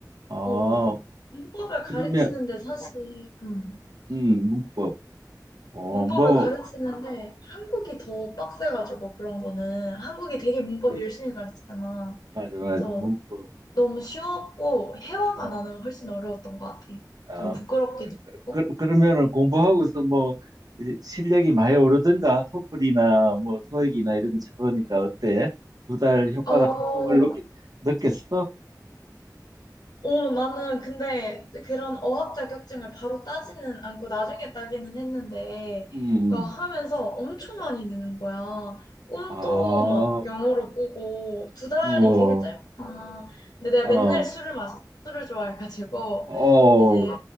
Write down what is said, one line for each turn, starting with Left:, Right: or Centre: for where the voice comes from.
Right: 어,
Left: 어, 문법을 가르치는데
Right: 그러면
Left: 사실, 음,
Right: 음, 문법. 어,
Left: 문법을
Right: 뭐
Left: 가르치는데 한국이 더 빡세가지고 그런 거는 한국이 되게 문법
Right: 그렇지.
Left: 열심히 가르치잖아.
Right: 맞아, 맞아.
Left: 그래서
Right: 문법.
Left: 너무 쉬웠고, 회화가
Right: 어.
Left: 나는 훨씬 어려웠던 것 같아.
Right: 아,
Left: 좀 부끄럽기도 하고.
Right: 그, 그러면은 공부하고서 뭐 이제 실력이 많이 오르든가 토플이나 뭐 토익이나 이런 거 쳐보니까 어때? 두 달 효과가
Left: 어,
Right: 톡톡을 느꼈 느꼈어?
Left: 어, 나는 근데 그런 어학 자격증을 바로 따지는 않고 나중에 따기는 했는데,
Right: 음.
Left: 그 하면서
Right: 음.
Left: 엄청 많이 느는 거야. 꿈도
Right: 아,
Left: 막 영어로 꾸고, 두 달이
Right: 우와.
Left: 되게 짧구나. 근데 내가
Right: 어.
Left: 맨날 술을 마셨어. 술을 좋아해가지고,
Right: 어.
Left: 이제